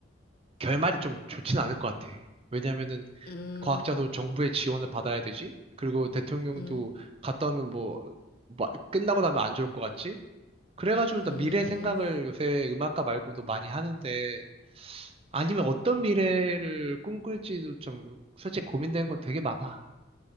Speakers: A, on the right; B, on the left.
A: 결말이 좀 좋진 않을 것 같아. 왜냐면은
B: 음,
A: 과학자도 정부의 지원을 받아야 되지? 그리고 대통령도
B: 음,
A: 갔다 오면 뭐, 마- 끝나고 나면 안 좋을 것 같지? 그래가지고
B: 음,
A: 나 미래 생각을 요새 음악가 말고도 많이 하는데, 아니면 어떤 미래를 꿈꿀지도 좀 솔직히 고민되는 거 되게 많아.